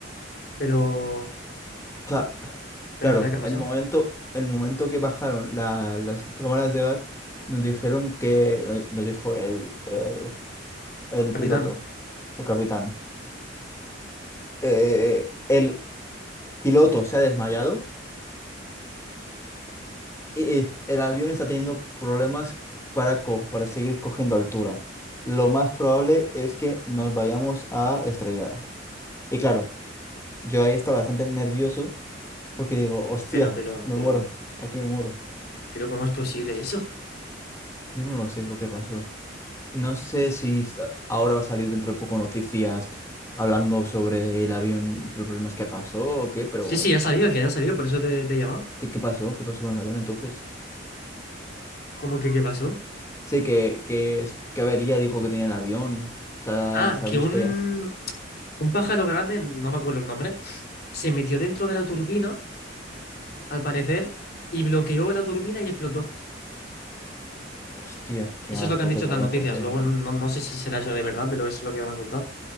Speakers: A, on the left; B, on the left.
A: pero,
B: Cla-
A: pero
B: claro,
A: al final, ¿qué ha pasado?
B: el momento, el momento que bajaron la- las cámaras de gas, nos dijeron que, no, nos dijo el, el, el
A: Capitán,
B: piloto, el capitán. eh, el piloto se ha desmayado eh, el avión está teniendo problemas para, co- para seguir cogiendo altura. Lo más probable es que nos vayamos a estrellar. Y claro, yo ahí estaba bastante nervioso porque digo, hostia,
A: pero, pero,
B: me
A: pero...
B: muero, aquí me muero.
A: Pero ¿cómo es posible eso?
B: Yo no lo sé lo que pasó. No sé si esta- ahora va a salir dentro de poco noticias hablando sobre el avión, los problemas que pasó o qué, pero
A: Sí, sí, ha salido, que haya salido, por eso te, te he llamado.
B: ¿qué, qué pasó? ¿Qué pasó con el avión entonces?
A: ¿Cómo que qué pasó?
B: Sí, que, que, es- que avería dijo que tenía el avión. ¿Se ha,
A: Ah,
B: se
A: que
B: ha visto
A: un,
B: ya?
A: un pájaro grande, no me acuerdo el nombre, se metió dentro de la turbina, al parecer, y bloqueó la turbina y explotó.
B: Hostia, qué
A: Eso
B: mala
A: es lo
B: suerte
A: que han dicho
B: tuve
A: en las noticias.
B: entonces,
A: Luego
B: ¿no?
A: no, no no sé si será eso de verdad, pero eso es lo que me han contado.